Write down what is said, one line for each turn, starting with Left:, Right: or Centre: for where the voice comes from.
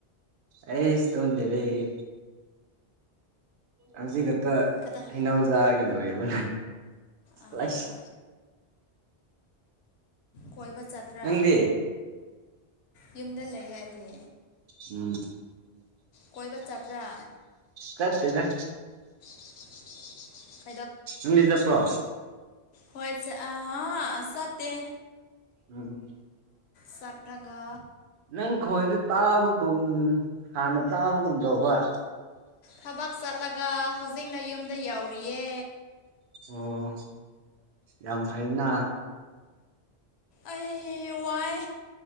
Right: ꯑꯩ ꯏꯁ ꯇꯣꯗꯦ ꯂꯩꯦ ꯍꯧꯖꯤꯒ
Left: ꯀꯗꯥ
Right: ꯍꯟꯅꯎꯖꯥꯒꯦ ꯂꯣꯏꯕ
Left: ꯑꯥ
Right: ꯂ
Left: ꯀꯣꯏꯕ ꯆꯠꯠꯇꯄ꯭ꯔꯥ
Right: ꯅꯪꯗꯤ
Left: ꯌꯨꯝꯗ ꯂꯩ ꯍꯥꯏꯗꯤ
Right: ꯎꯝ
Left: ꯀꯣꯏꯕ ꯆꯠꯄ꯭ꯔꯥ
Right: ꯀꯠꯇꯗ
Left: <unintelligible>
Right: ꯏꯗꯤ ꯆꯄ꯭ꯔꯣ
Left: ꯍꯣꯏ ꯆ ꯑ ꯍꯥ ꯑꯁ ꯇ
Right: ꯎꯝ
Left: ꯆꯠꯗꯒꯥ
Right: ꯅꯪ ꯈꯣꯟꯁꯦ ꯇꯥꯕꯒꯨꯝ ꯍꯥꯟꯅ ꯇꯥꯕꯒꯨꯝ ꯇꯧꯕ
Left: ꯊꯕꯛ ꯆꯠꯂꯒ ꯍꯧꯖꯤꯛꯅ ꯌꯨꯝꯗ ꯌꯧꯔꯤꯌꯦ
Right: ꯑꯣ ꯌꯥꯝ ꯐꯩꯅ
Left: ꯑꯩ ꯋꯥꯥꯏ